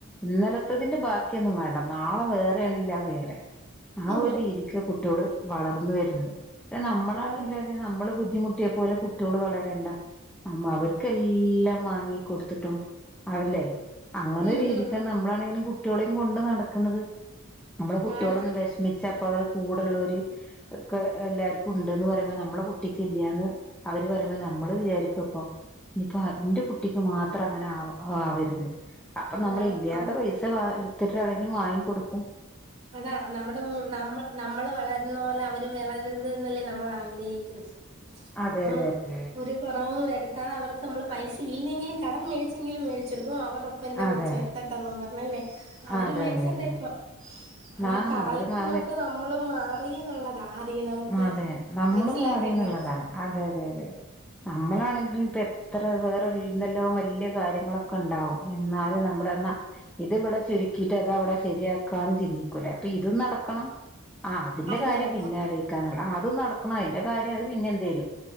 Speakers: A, in the centre; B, on the right.
A: ഇന്നലത്തതിന്റെ ബാക്കിയൊന്നും വേണ്ട നാളെ വേറെ ആണെങ്കിൽ അത് വേറെ ആ
B: ഹും
A: ഒരു
B: ഹും
A: രീതിക്കാ കുട്ട്യോള് വളർന്നു വരുന്നത് ക്ഷെ നമ്മളാണെിലും
B: ആണ്
A: അതെ നമ്മള് ബുദ്ധിമു ട്ടിയെ പോലെ കുട്ട്യോള് വളരണ്ടാ നമ്മ അവർക്കെല്ലാം വാങ്ങി കൊടു ട്ടും ആവില്ലെ അങ്ങനൊരു
B: ഉം
A: രീതിക്കാ
B: ഹും ഹും
A: ന നമ്മളാണേലും കുട്ടികളെയും കൊണ്ട് നടക്കണത് നമ്മള് കുട്ടികളൊന്ന്
B: ആണ്
A: വെഷ മിച്ചാ ഇപ്പൊ അവര്ടെ കൂടൊള്ളോര് ഒക്കെ എല്ലാർക്കും ഉണ്ട്ന്ന് പറയുമ്പോ നമ്മളെ കുട്ടിക്ക് ഇല്ല്യാന്ന് അവര് പറയുമ്പോ നമ്മള് വിചാരിക്കു അപ്പം ഇനിപ്പൊ എന്റെ കുട്ടിക്ക് മാ ത്ര അങ്ങനെ ആവ ആവരുത് അപ്പൊ നമ്മളില്ല്യാത്ത
B: അതാ അവർ
A: പൈസ വാ ത്തിട്ടാണെങ്കിലും വാങ്ങി കൊടുക്കും
B: അതാ നമ്മുടെ മോ നമ്മ നമ്മള് വള ന്നോലെ അവര് വളരരുതെന്നല്ലേ നമ്മളാഗ്രഹിക്കുന്നത്
A: അതെ
B: അപ്പം
A: അതെ അതെ
B: ഒരു കുറവും വരുത്താത് അവർക്ക് നമ്മള് പൈസ ഇല്ലെങ്കിലും കടം മേടിച്ചെങ്കിലും മേടിച്ചെടുക്കും അവറൊ പ്പം എന്റെ
A: അതെ
B: കൊച്ചും എത്തട്ടെന്നും പറഞ്ഞല്ലേ ആ ഒരു
A: അതെ
B: മനസ്സിന്റെയാ
A: അതെ അതെ
B: ഇപ്പം അതാ
A: ആ
B: കാലത്തിനൊത്ത്
A: ഒരു മാ
B: നമ്മളും മാറിന്നൊള്ളതാ ആദ്യം നമുക്ക്
A: അതെ നമ്മളും
B: മനസിലാക്കേണ്ടത്
A: മാറിന്നുള്ളതാണ് അതെ അതെ അതെ നമ്മളാണെങ്കിലും തെ അത്ര വേറെ എന്തെല്ലോം വല്യ കാര്യങ്ങളൊക്കെണ്ടാവും എന്നാലും നമ്മളെന്നാ ഇത്വ്ടെ ചുരുക്കീട്ട് അതവടെ ശരിയാക്കാന് ചിന്തിക്കൂലേ അപ്പൊതും നടക്കണം ആഹ് അതിന്റെ
B: അതും
A: കാര്യം
B: നടക്കണം
A: പിന്നാലോയ്ക്കന്ന്ള്ള അതും നടക്കണം അയിന്റെ കാര്യം അത് പിന്നെ എന്തേലും